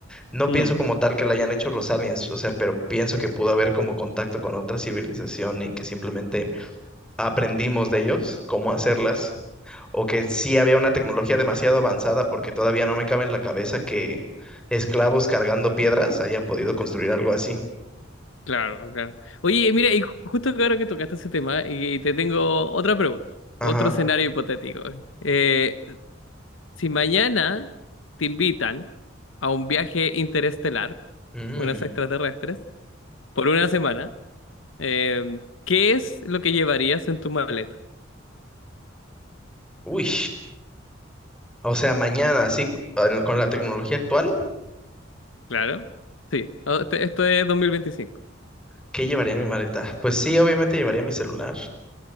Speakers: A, in the centre; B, on the left.
A: No
B: Mm.
A: pienso como tal que la hayan hecho los aliens, o sea, pero pienso que pudo haber como contacto con otra civilización y que simplemente aprendimos de ellos cómo hacerlas. O que sí había una tecnología demasiado avanzada, porque todavía no me cabe en la cabeza que esclavos cargando piedras hayan podido construir algo así.
B: Claro, claro. Oye, mira, y ju- justo que ahora que tocaste ese tema, y te tengo otra pregunta,
A: Ajá.
B: otro escenario hipotético. Eh, si mañana te invitan a un viaje interestelar,
A: Mm.
B: unos extraterrestres, por una semana, eh, ¿qué es lo que llevarías en tu maleta?
A: Uy. O sea, mañana, así, al- con la tecnología actual,
B: Claro, sí. Ah, este- Esto es 2025.
A: ¿qué llevaría en mi maleta? Pues sí, obviamente llevaría mi celular,